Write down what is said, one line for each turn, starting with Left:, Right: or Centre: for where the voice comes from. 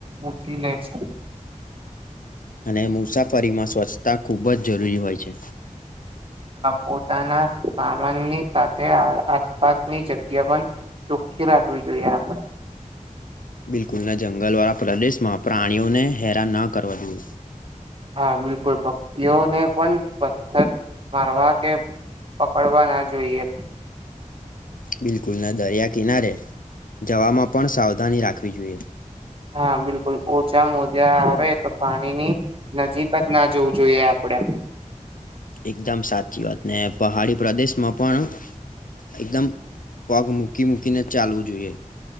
Right: ઉછી લે છે
Left: અને મુસાફરીમાં સ્વચ્છતા ખુબ જ જરૂરી હોય છે
Right: પોતાના સામાનની સાથે આસપાસની જગ્યા પણ ચોખ્ખી રાખવી જોઈએ આપણે
Left: બિલકુલના જંગલવાળા પ્રદેશમાં પ્રાણીઓને હેરાન ન કરવા જોઈએ
Right: હા બિલકુલ પક્ષીઓને પણ પથ્થર મારવા કે પકડવા ના જોઈએ
Left: બિલકુલ ના દરિયા કિનારે જવામાં પણ સાવધાની રાખવી જોઈએ
Right: હા બિલકુલ ઓછા મોજા આવે તો પાણીની નજીક જ ના જોવું જોઈએ આપડે
Left: એકદમ સાચી વાત ને પહાડી પ્રદેશમાં પણ એકદમ પગ મૂકી મૂકીને જ ચાલવું જોઈએ